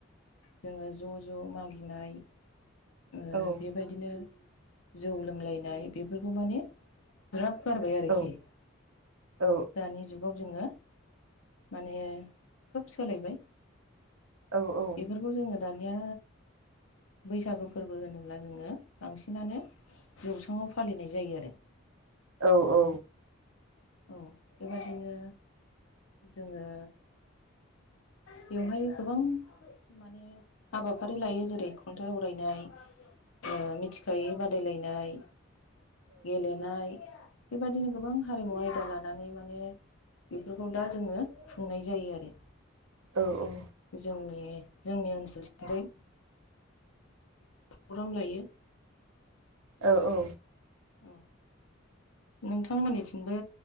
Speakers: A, on the left (about 75°); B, on the right (about 85°).
A: जोंङो ज' ज' मागिनाय ओ
B: औ
A: बेबायदिनो जौ लोंलायनाय बेफोरखौ माने ज्राब गारबाय आरोखि
B: औ औ
A: दानि जुग गाव जोङो माने खोब सोलायबाय।
B: औ औ।
A: बेफोरखौ जोङो दानिया बैसागो फोरबो होनोब्ला जोङो बांसिनानो जौस्राङाव फालिनाय जायो आरो।
B: औ औ।
A: औ बेबायदिनो जोङो बेवहाय गोबां माने हाबाफारि लायो जेरै खन्थाइ आवरायनाय, ओ मिथिखायै बादायलायनाय, गेलेनाय बेबायदिनो गोबां हारिमु आय दा लानानै माने बेफोरखौ दा जोङो खुंनाय जायो आरो।
B: औ औ।
A: जोंनि जोंनि ओनसोल सिंगै प्रग्राम लायो।
B: ओ औ।
A: औ, नोंथांमोननिथिंबो